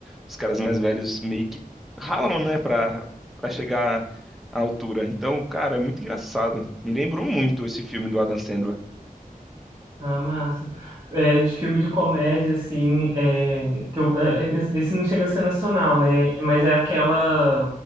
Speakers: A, in the centre; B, on the right.
A: os caras mais velhos meio que ralam, né, pra, pra chegar à altura. Então, cara, é muito engraçado. Me lembrou muito esse filme do Adam Sandler.
B: Ah, massa. É, de filme de comédia, assim, é, que eu- é, é, esse não chega a ser nacional, né? Mas é aquela,